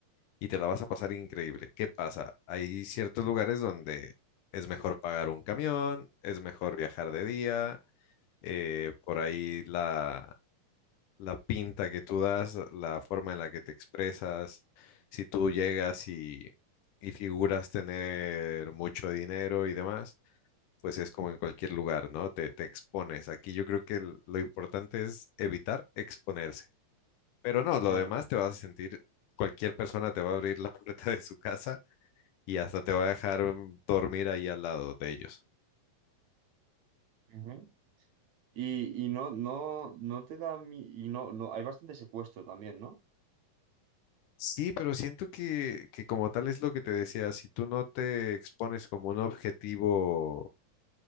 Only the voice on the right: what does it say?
claro.
Ujú. Y, y no, no, no te da mi... y no, no, hay bastante secuestro también, ¿no?